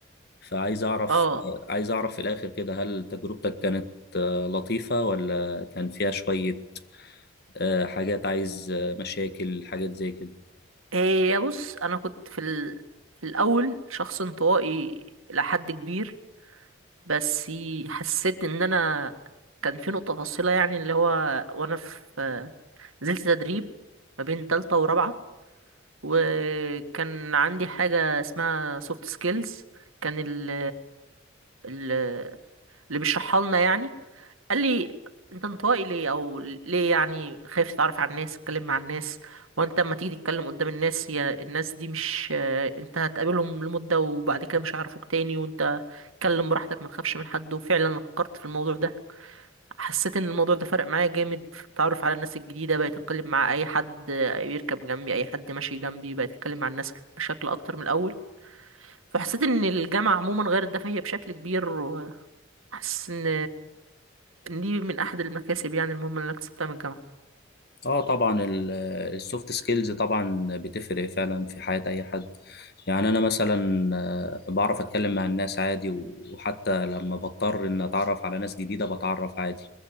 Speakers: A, on the left; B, on the right.
A: فعايز اعرف
B: اه
A: آه، عايز اعرف في الاخر كده هل تجربتك كانت آه، لطيفه ولا كان فيها شويه آه، حاجات عايز آه، مشاكل حاجات زي كده
B: هي بص انا كنت في ال... في الاول شخص انطوائي لحد كبير بس حسيت ان انا كان في نقطة فاصلة يعني اللي هو وانا في نزلت تدريب ما بين تالتة ورابعة وكان عندي حاجة اسمها سوفت سكيلز كان ال ال- اللي بيشرحها لنا يعني قال لي انت انطوائي ليه او ليه يعني خايف تتعرف على الناس تتكلم مع الناس وانت اما تيجي تتكلم قدام الناس هي الناس دي مش انت هتقابلهم لمدة وبعد كده مش هيعرفوك تاني وانت اتكلم براحتك ما تخافش من حد وفعلا أنا فكرت في الموضوع ده حسيت ان الموضوع ده فرق معايا جامد في التعرف على الناس الجديده بقيت اتكلم مع اي حد بيركب جنبي اي حد ماشي جنبي بقيت اتكلم مع الناس بشكل اكتر من الاول فحسيت ان الجامعه عموما غير ده فهي بشكل كبير وحاسس ان ان دي من احد المكاسب يعني المهمه اللي انا اكتسبتها من الجامعه
A: اه طبعا السوفت سكيلز طبعا بتفرق فعلا في حياة اي حد يعني انا مثلا آه، بعرف اتكلم مع الناس عادي و- وحتى لما بضطر ان اتعرف على ناس جديدة بتعرف عادي